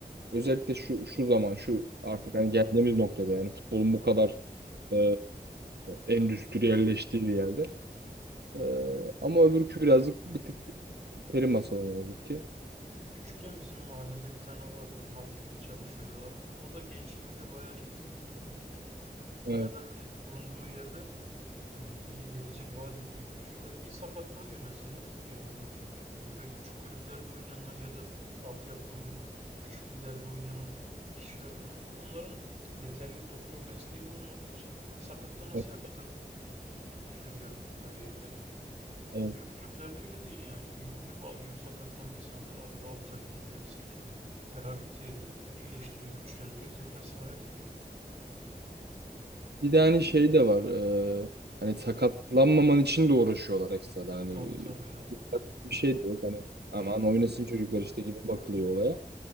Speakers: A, on the right (about 85°); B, on the right (about 40°).
A: Özellikle şu şu zaman şu artık hani geldiğimiz noktada yani futbolun bu kadar e, endüstriyelleştiği bir yerde. Ee, ama öbürkü birazcık bir tık peri masalı ne yazık ki.
B: Küçükken bizim mahallede bir tane vardı. Markette çalışıyordu abi. O da gençliğinde bayağı iyi futbolcuymuş.
A: Evet,
B: Bayağı da hani bulunduğu yerde e, iyi gelecek vaat ediyormuş. E, bir sakatlanıyor mesela gidiyor ondan sonra. Yani böyle küçük kulüplerde oynayanlar ya da altyapı olur küçük illerde oynayan kişiler falan olur. Onların yeterli doktor desteği de olmadığı için sakatlanasıya
A: evet,
B: kadar sürüyor kariyerleri.
A: evet.
B: Ya büyük kulüplerde öyle değil yani. Büyük kulüp alıyor, sakatlandıysan da alıyor 6 ay, 7 ay, 8 ay. Rehabilite ediyor, iyileştiriyor, güçlendiriyor, tekrar sahaya sürüyor.
A: Bir de hani şey de var. e, hani sakatlanmaman için de uğraşıyorlar ekstradan. Hani
B: Tabii tabii ya.
A: bir şey de yok. Hani aman oynasın çocuklar işte gibi bakılıyor olaya.